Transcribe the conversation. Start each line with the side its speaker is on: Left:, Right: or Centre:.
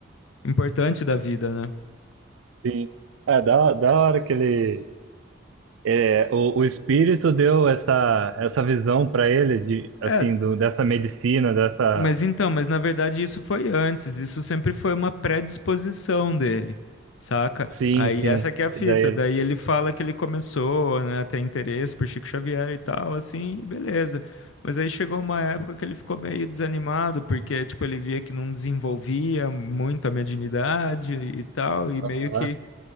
Left: importante da vida, né.
Right: sim. É, da, da hora que ele. é, o, o espírito deu essa, essa visão pra ele, de, assim,
Left: É,
Right: do, dessa medicina, dessa.
Left: Mas então, mas na verdade isso foi antes, isso sempre foi uma predisposição dele, saca?
Right: Sim,
Left: Aí
Right: sim.
Left: essa que é a fita,
Right: E daí ele.
Left: daí ele fala que ele começou, né, a ter interesse por Chico Xavier e tal, assim, e beleza. Mas aí chegou uma época que ele ficou meio desanimado, porque, tipo, ele via que não desenvolvia muito a mediunidade e tal, e meio
Right: aham.
Left: que